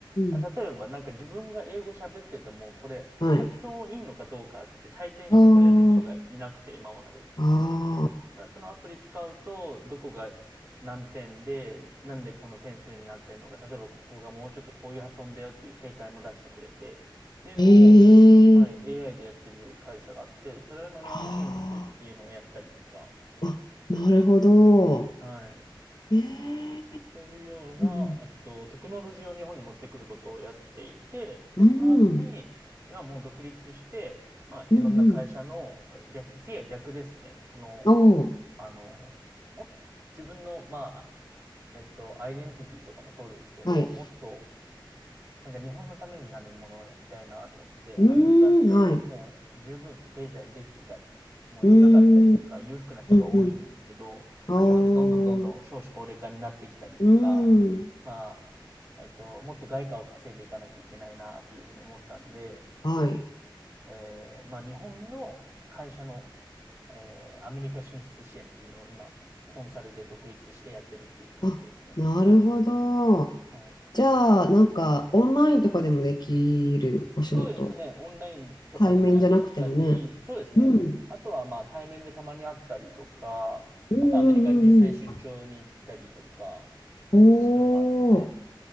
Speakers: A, on the right; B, on the left.
A: 例えばなんか自分が英語喋ってても、
B: ん
A: これ発音いいのかどうかって採点してくれる人がいなくて、
B: うん。はい。あ
A: 今までって。
B: あ、ああ、
A: ただそのアプリ使うと、どこが何点で、なんでこの点数になってるのか、例えばここがもうちょっとこういう発音だよっていう正解も出してくれて、っていうのを、
B: ええー、
A: はい、AI でやってる会社があって、それの日本進出っていうのをやったりとか、
B: ああ。あ、なるほど。
A: はい、
B: ええ
A: そういうような、
B: うん
A: えっと、テクノロジーを日本に持ってくることをやっていて、で、
B: うん。
A: その後に、
B: うん。
A: 今もう独立して、まあ、いろんな会社の、
B: うんうん。
A: 逆、次は逆ですね。その、
B: おお。
A: あの、も、自分の、まえっと、アイデンティティとかもそうですけど、
B: はい。
A: もっと、なんか日本のためになるものをやりたいなと思って、
B: うーん。
A: アメリカってもう十分経済できてたり、
B: はい。
A: もうでかかったりとか裕福な人が多いんですけど、
B: うーん。うんうん。あー
A: まあ、日本でどんどんどんどん少子高齢化になってきたりとか、
B: うーん。
A: まあ、えっと、もっと外貨を稼いでいかなきゃいけないなっていうふうに思ったんで、
B: はい。
A: えー、まあ日本の会社の、えー、アメリカ進出支援っていうのを今、コンサルで独立してやってるっていう感じですね。
B: あ、なるほど。
A: はい。
B: じゃあ、なんか、オンラインとかでもできるお仕事。
A: そうですね。オンラインとかでもやったり、
B: 対面じゃなくてもね。
A: そうですね。
B: うん。
A: あとはまあ対面でたまに会ったりとか、
B: うんうんうんうん。
A: あとアメリカに実際出張に行ったりとか
B: おお。
A: してますね。